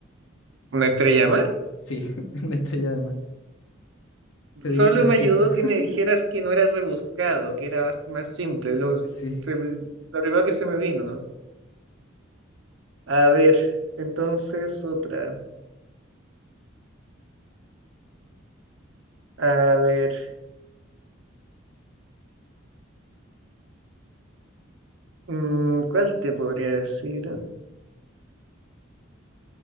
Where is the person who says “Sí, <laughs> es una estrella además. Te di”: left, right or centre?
Left